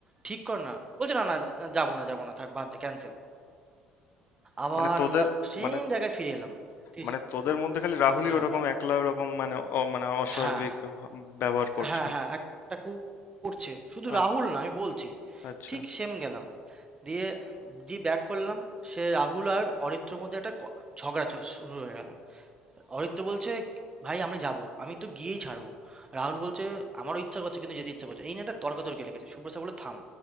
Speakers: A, on the right; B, on the left.
A: ঠিক কর না বলছে না না যাবো না যাবো না থাক বাদ দে ক্যান্সেল আবার
B: মানে তোদের
A: আমরা সেম
B: মানে
A: জায়গায় ফিরে এলাম তিরিশ-
B: মানে তোদের মধ্যে খালি রাহুলই
A: হ্যাঁ
B: ওরকম
A: বল
B: একলা ওরকম মানে অ মানে অস্বাভাবিক
A: হ্যাঁ
B: ব্যবহার করছে
A: হ্যাঁ হ্যাঁ একটা কো- করছে শুধু
B: আচ্ছা
A: রাহুল না আমি বলছি
B: আচ্ছা
A: ঠিক সেম গেলাম দিয়ে যে ব্যাক করলাম সে রাহুল আর অরিত্রর মধ্যে একটা ক- ঝগড়া চ- শুরু হয়ে গেল অরিত্র বলছে ভাই আমি যাব আমি তো গিয়েই ছাড়বো রাহুল বলছে আমারও ইচ্ছা করছে কিন্তু যেতে ইচ্ছা করছে এই নিয়ে একটা তর্কাতর্কি লেগেছে শুভ্রসা বললো থাম